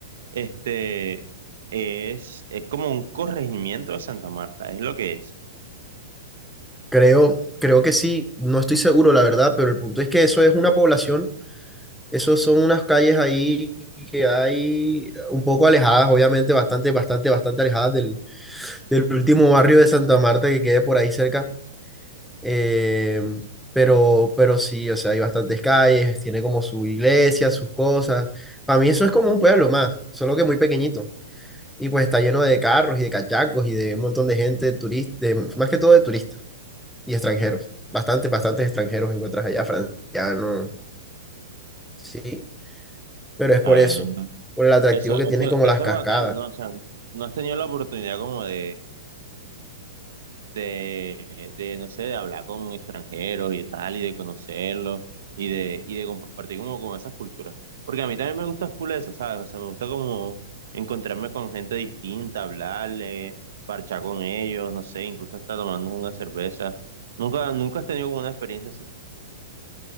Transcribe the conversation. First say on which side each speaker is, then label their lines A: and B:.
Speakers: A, on the right (about 75°); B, in the centre.
A: Este es, es como un corregimiento de Santa Marta, es lo que es.
B: Creo, creo que sí, no estoy seguro la verdad, pero el punto es que eso es una población Esos son unas calles ahí que hay un poco alejadas, obviamente, bastante, bastante, bastante alejadas del, del último barrio de Santa Marta que quede por ahí cerca. Eh, pero, pero sí, o sea, hay bastantes calles, tiene como su iglesia, sus cosas. Para mí eso es como un pueblo más, solo que muy pequeñito. Y pues está lleno de carros y de cachacos y de un montón de gente turista, más que todo de turistas y extranjeros. Bastantes, bastantes extranjeros encuentras allá, francianos. Sí, pero es por
A: Ah,
B: eso, por el atractivo
A: Eso, eso,
B: que tienen como
A: eso
B: las cascadas.
A: es bacano, ¿no? O sea, no has tenido la oportunidad como de, de, de, no sé, de hablar con extranjeros y tal, y de conocerlos, y de, y de compartir como con esas culturas. Porque a mí también me gusta full eso, ¿sabes? O sea, me gusta como encontrarme con gente distinta, hablarle, parchar con ellos, no sé, incluso hasta tomarnos una cerveza. Nunca, nunca has tenido como una experiencia así.